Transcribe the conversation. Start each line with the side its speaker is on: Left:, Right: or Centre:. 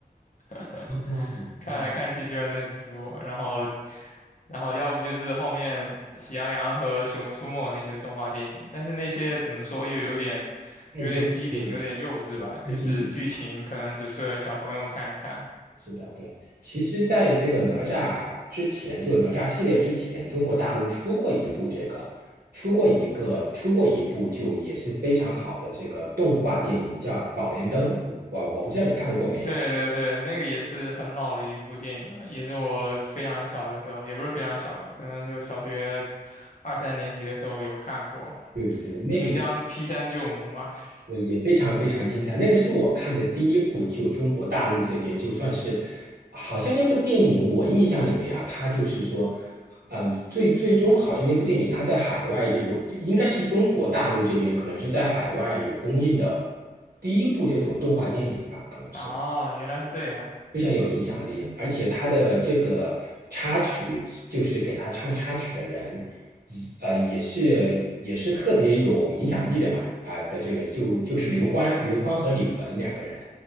Left: <laughs>
Right: 嗯啊，那
Left: 看来看去就是那几部，然后然后要不就是后面《喜羊羊和熊出没》那些动画电影，但是那些怎么说又有点有点低龄，
Right: 太幼稚了，
Left: 有点幼稚吧，
Right: 对，太低龄了啊，
Left: 就是剧情可能只适合小朋友看一看。
Right: 是的，对。其实，在这个哪吒之前，就哪吒系列之前，中国大陆出过一部这个，出过一个，出过一部就也是非常好的这个动画电影，叫《宝莲灯》，我我不知道你看过没有。
Left: 对对对，那个也是很老的一部电影了，也是我非常小的时候，也不是非常小吧，可能就小学二三年级的时候有看过
Right: 对对，那个
Left: 《秦香劈山救母》嘛。<laughs>
Right: 也也非常非常精彩，那个是我看的第一部，就中国大陆这边就算是，好像那部电影我印象里面呀、它就是说，嗯、最最终好像那部电影它在海外也有，就应该是中国大陆这边可能是在海外有公映的第一部这种动画电影吧，可能是。
Left: 啊，原来是这样，
Right: 非常有影响力，而且他的这个插曲，就是给他唱插曲的人，一呃，也是也是特别有影响力的嘛，啊、的这个就就是刘欢、刘欢和李玟两个人，